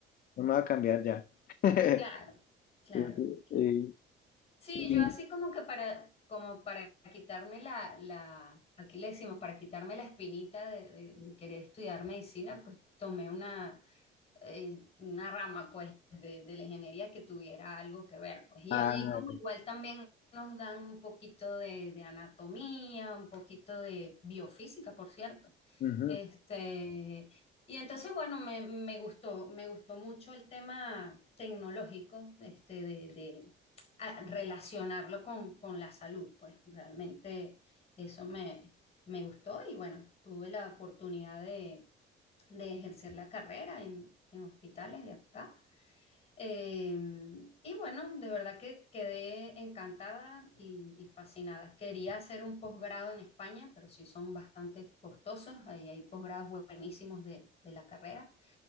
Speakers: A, on the left; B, on the left.
A: no me voy a cambiar ya. <laughs>
B: Claro, claro,
A: Fíjate,
B: claro.
A: eh,
B: Sí,
A: y-
B: yo así como que para, como para quitarme la, la, aquí le decimos, para quitarme la espinita de, de- de querer estudiar medicina, pues tomé una, eh, una rama pues de, de la ingeniería que tuviera algo que ver, pues. Y
A: ah,
B: allí como igual también nos dan un poquito de, de anatomía, un poquito de biofísica, por cierto.
A: ujú,
B: Este, y entonces, bueno, me, me gustó, me gustó mucho el tema tecnológico, este, de, de, a- relacionarlo con, con la salud, pues realmente eso me, me gustó y bueno, tuve la oportunidad de ejercer la carrera en, en hospitales de acá. Eh, y bueno, de verdad que quedé encantada y, y fascinada. Quería hacer un posgrado en España, pero sí son bastante costosos. Ahí hay posgrados buenísimos de, de la carrera,